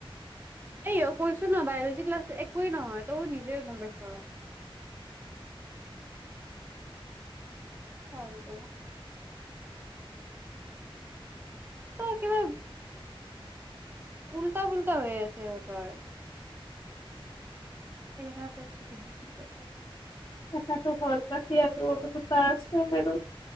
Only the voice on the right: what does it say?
এই অ কৈছো ন বায়লজি ক্লাছ একোৱে নহয় তই নিজে গম পাইছ অ হটো <unintelligible> ত' কিবা, উল্টা-পুল্টা হৈ আছে ইহঁতৰ। <unintelligible>